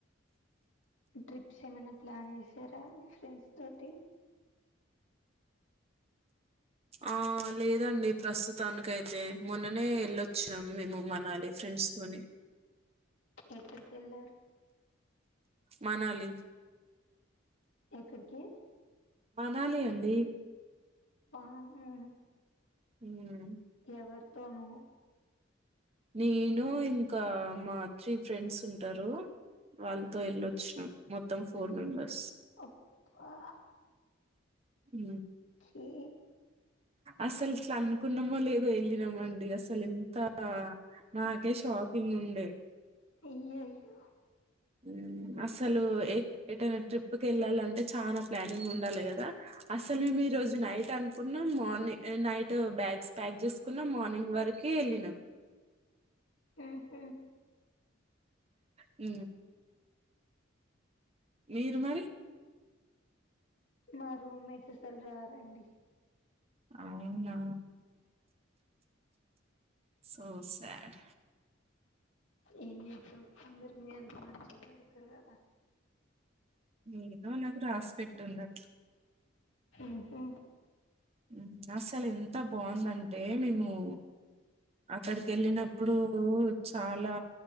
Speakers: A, on the left (about 75°); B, on the right (about 30°).
A: డ్రిట్స్ ఏమైనా ప్లాన్ చేసారా మీ ఫ్రెండ్స్ తోటి
B: ఆ లేదండి ప్రస్తుతానికైతే మొన్ననే ఎళ్ళొచ్చినం మేము మనాలి ఫ్రెండ్స్ తోని.
A: ఎక్కడికెళ్ళారు
B: మనాలి
A: ఎక్కడికి
B: మనాలి అండి
A: బాపుము
B: నింగి జరగాలి
A: ఎవరితోను
B: నేను ఇంకా మా త్రీ ఫ్రెండ్స్ ఉంటారు వాళ్ళతో ఎళ్ళొచ్చునం మొ మొత్తం ఫోర్ మెంబర్స్
A: అప్పా
B: ఉ
A: కే
B: అసలు ఇట్ల అనుకున్నమో లేదో వెళ్ళినామండి అసలు అసలు ఎంత నాకే షాకింగ్ ఉండే
A: అయ్యయ్యో
B: ఉ అసలు ఏ ఏటైనా ట్రిప్ కేళ్ళాలంటే చానా ప్లానింగ్ ఉండాలే కదా అసలు మేము ఈ రోజు నైట్ అనుకున్నాం మార్నింగ్ నైట్ బ్యాగ్స్ ప్యాక్ చేసుకున్నాం మార్నింగ్ వరకు కి వెళ్లినా
A: ఆహ
B: ఉ మీరు మరి
A: మా రూమ్మేట్స్ అసల్ రారు రండి
B: అవునా సో సాడ్
A: ఏంచేతవ్ అందరి నీయంత మంచోళ్ళు దొరకరు కదా
B: ఏదో నాకు రాసి పెట్టుంది అట్లా
A: మ్హూ.
B: ఉమ్ అస్సలు ఎంత బాగుందంటే మేము అక్కడికెళ్ళినప్ ఇప్పుడు చాలా